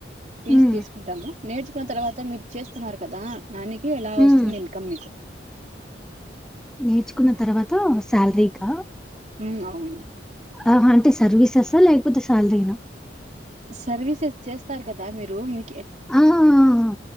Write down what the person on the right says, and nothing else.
ఫీజ్
తీసుకుంటాము. నేర్చుకున్న తర్వాత మీరు చేస్తున్నారు. కదా దానికి ఎలా వస్తుంది.
ఇన్కమ్ మీకు
ఉహ్మ అవును
సర్వీసెస్ చేస్తారు. కదా మీరు మీ